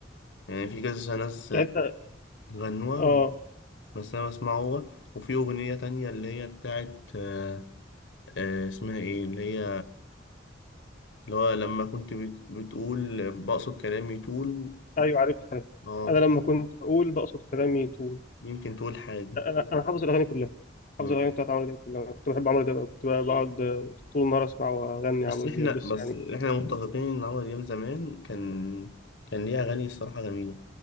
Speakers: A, on the left; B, on the left.
A: يعني في كذا ناس
B: يعني انت
A: غنوها
B: اه
A: بس أنا بسمعه هو وفي أغنية تانية اللي هي بتاعت آه، آه، اسمها إيه اللي هي اللي هو لما كنت بت- بتقول بقصد كلامي طول
B: ايوه عارف عارف
A: اه
B: انا لما كنت بقول بقصد كلامي طول
A: يمكن تقول حاجة
B: انا انا حافظ الاغاني كلها
A: مم.
B: حافظ الاغاني بتاعت عمرو دياب كلها انا كنت بحب عمرو دياب أوي. كنت بقى بقعد آه، طول النهار اسمع واغني
A: بس
B: عمرو
A: إحنا
B: دياب بس
A: بس
B: يعني
A: إحنا متفقين إن عمرو دياب زمان كان كان ليه أغاني الصراحة جميلة